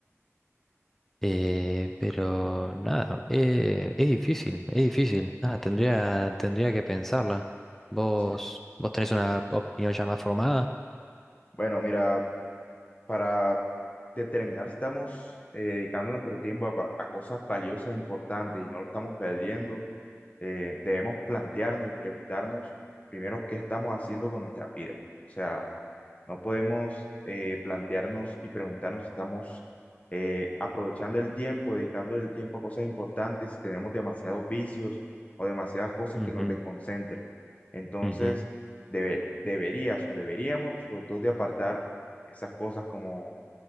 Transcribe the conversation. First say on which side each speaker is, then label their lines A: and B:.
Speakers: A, in the centre; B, on the left.
A: Eh, pero nada, eh, es difícil, es difícil. Nada, tendría, tendría que pensarla. ¿Vos,
B: Sí.
A: vos tenés una opinión ya más formada?
B: Bueno, mira, para determinar si estamos eh, dedicando nuestro tiempo a, va- a cosas valiosas e importantes y no lo estamos perdiendo, eh, debemos plantearnos y preguntarnos primero qué estamos haciendo con nuestras vidas. O sea, No podemos eh, plantearnos y preguntarnos si estamos eh, aprovechando el tiempo, dedicando el tiempo a cosas importantes, si tenemos demasiados vicios o demasiadas cosas
A: Ujú,
B: que nos desconcentran. Entonces,
A: ujú,
B: debe- deberías o deberíamos los dos de apartar esas cosas como